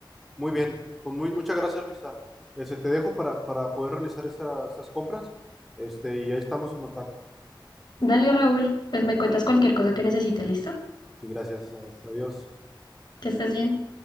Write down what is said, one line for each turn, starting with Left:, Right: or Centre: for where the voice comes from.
Centre: muy bien. Pues muy, muchas gracias, Luisa. Este, te dejo para, para poder realizar esa- esas compras. Este, y ahí estamos en contacto.
Left: Dale, Raúl, pues me cuentas cualquier cosa que necesites, ¿listo?
Centre: Sí, gracias. Adiós.
Left: Que estés bien.